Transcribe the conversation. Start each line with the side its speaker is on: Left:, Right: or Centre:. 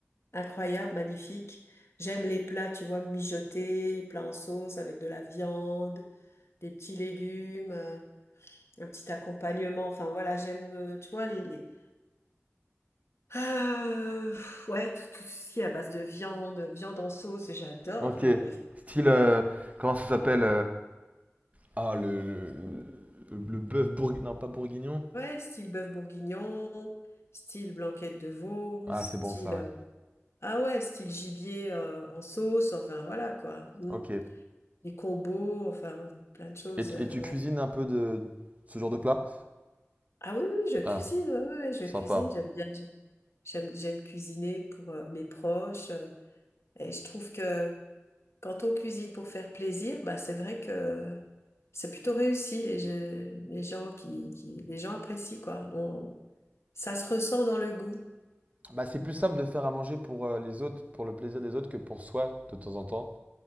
Left: Incroyable, magnifique. J'aime les plats, tu vois, mijotés, plats en sauce avec de la viande, des petits légumes, euh, un petit accompagnement. Enfin voilà, j'aime, euh, tu vois, les, les... Euh, ouais, tout, tout ce qui est à base de viande, viande en sauce, j'adore.
Right: Ok.
Left: hein. Bref.
Right: Style, euh, comment ça s'appelle Ah, le, le, le- le bœuf bourguignon. Non, pas bourguignon.
Left: Ouais, style bœuf bourguignon, style blanquette de veau,
Right: Ah,
Left: style...
Right: c'est bon ça, ouais.
Left: euh, Ah ouais, style gibier euh, en sauce, enfin voilà quoi. Mm.
Right: Ok.
Left: Les combos, enfin plein de choses,
Right: Et, tu-
Left: euh,
Right: et tu cuisines
Left: ouais.
Right: un peu de ce genre de plat?
Left: Ah oui, oui, je cuisine,
Right: Ah,
Left: ouais, ouais, ouais, je
Right: sympa.
Left: cuisine, j'aime bien, j'a- j'aime, j'aime cuisiner pour euh, mes proches. euh, et je trouve que quand on cuisine pour faire plaisir, bah, c'est vrai que c'est plutôt réussi, les, je- les gens qui, qui- les gens apprécient, quoi. On- ça se ressent dans le goût.
Right: Bah, c'est plus simple de faire à manger pour euh, les autres, pour le plaisir des autres, que pour soi de temps en temps.